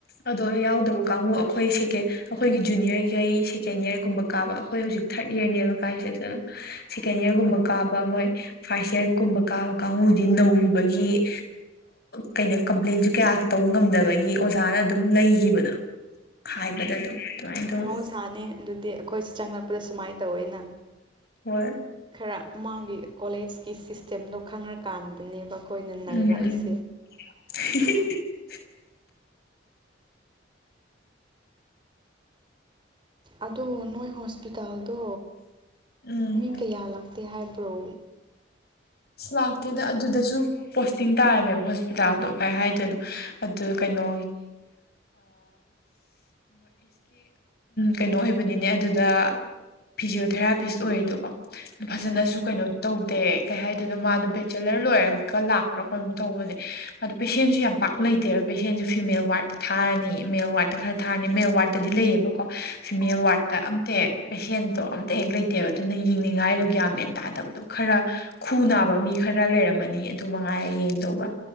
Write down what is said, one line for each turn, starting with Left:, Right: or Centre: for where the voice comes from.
Left: ꯑꯗꯣ ꯌꯥꯎꯗꯕ ꯀꯥꯡꯕꯨ ꯑꯩꯈꯣꯏ ꯁꯦꯀꯦꯟ ꯑꯩꯈꯣꯏꯒꯤ ꯖꯨꯅꯤꯌꯔꯒꯤ ꯑꯩ ꯁꯦꯀꯦꯟ ꯏꯔꯒꯨꯝꯕ ꯀꯥꯕ ꯑꯩꯈꯣꯏ ꯍꯧꯖꯤꯛ ꯊꯥꯔꯗ ꯌꯔꯅꯦꯕ ꯀꯥꯏꯁꯦ ꯁꯦꯀꯦꯟ ꯏꯌꯥꯔꯒꯨꯝꯕ ꯀꯥꯕ ꯃꯣꯏ ꯐꯥꯔꯁ ꯏꯌꯥꯔꯒꯨꯝꯕ ꯀꯥꯕ ꯀꯥꯡꯕꯨꯗꯤ ꯅꯧꯔꯤꯕꯒꯤ ꯀꯩꯅꯣ ꯀꯝꯄ꯭ꯂꯦꯟꯁꯨ ꯀꯌꯥ ꯇꯧꯕ ꯉꯝꯗꯕꯒꯤ ꯑꯣꯖꯥꯅ ꯑꯗꯨꯝ ꯂꯩꯈꯤꯕꯗꯣ ꯍꯥꯏꯕꯗ ꯑꯗꯨꯝ ꯑꯗꯨꯃꯥꯏꯅ ꯇꯧꯋꯤ
Right: ꯃꯍꯧꯁꯥꯅꯤ ꯑꯗꯨꯗꯤ ꯑꯩꯈꯣꯏꯁ ꯆꯪꯂꯛꯄꯗ ꯁꯨꯃꯥꯏꯅ ꯇꯧꯋꯦꯅ
Left: ꯍꯣꯏ
Right: ꯈꯔ ꯃꯥꯒꯤ ꯀꯣꯂꯦꯖꯀꯤ ꯁꯤꯁꯇꯦꯝꯗꯣ ꯈꯪꯔꯀꯥꯟꯗꯅꯦꯕ ꯑꯩꯈꯣꯏꯅ ꯅꯩꯔꯛꯏꯁꯦ
Left: ꯎꯝ ꯎꯝ <unintelligible>
Right: ꯑꯗꯣ ꯅꯣꯏ ꯍꯣꯁꯄꯤꯇꯥꯜꯗꯣ
Left: ꯎꯝ
Right: ꯃꯤ ꯀꯌꯥ ꯂꯥꯛꯇꯦ ꯍꯥꯏꯕ ꯀ꯭ꯔ
Left: ꯑꯁ ꯂꯥꯛꯇꯦꯗ ꯑꯗꯨꯗꯁꯨ ꯄꯣꯁꯇꯤꯡ ꯇꯥꯔꯝꯃꯦꯕ ꯍꯣꯁꯄꯤꯇꯥꯜꯗꯣ ꯀꯩ ꯍꯥꯏꯗꯣꯏꯅꯣ ꯑꯗꯨ ꯀꯩꯅꯣ ꯀꯩꯅꯣ ꯐꯤꯖꫭꯊꯦꯔꯥꯄꯤꯁ ꯑꯣꯏꯔꯦꯗꯀꯣ ꯐꯖꯅꯁꯨ
Right: ꯎꯝ
Left: ꯀꯩꯅꯣ ꯇꯧꯗꯦ ꯀꯩ ꯍꯥꯏꯗꯅ ꯃꯥꯗꯣ ꯕꯦꯆꯦꯂꯔ ꯂꯣꯏꯔꯒ ꯂꯥꯛꯄ꯭ꯔꯥ ꯀꯩꯅꯣ ꯇꯧꯕꯅꯦ ꯃꯥꯗ ꯄꯦꯁꯦꯟꯁꯨ ꯌꯥꯝ ꯄꯥꯛ ꯂꯩꯇꯦꯕ ꯄꯦꯁꯦꯟꯁꯨ ꯐꯤꯃꯦꯜ ꯋꯥꯔꯗꯠꯇ ꯊꯥꯔꯅꯤ ꯃꯦꯜ ꯋꯥꯔꯗꯠꯇ ꯈꯔ ꯊꯥꯔꯅꯤ ꯃꯦꯜ ꯋꯥꯔꯗꯠꯇꯗꯤ ꯂꯩꯌꯦꯕꯀꯣ ꯐꯤꯃꯦꯜ
Right: ꯑꯣ
Left: ꯋꯥꯔꯗ ꯑꯝꯇ ꯍꯦꯛ ꯄꯦꯁꯦꯟꯇꯣ ꯑꯝꯇ ꯍꯦꯛ ꯂꯩꯇꯦꯕ ꯑꯗꯨꯅ ꯌꯦꯡꯅꯤꯡꯉꯥꯏꯗꯣ ꯒ꯭ꯌꯥꯟ ꯃꯦꯟ ꯇꯥꯗꯕꯗꯣ ꯈꯔ ꯈꯨ ꯅꯥꯕ ꯃꯤ ꯈꯔ ꯂꯩꯔꯝꯃꯅꯤ ꯑꯗꯨ ꯃꯉꯥꯏꯔ ꯌꯦꯡꯗꯧꯕ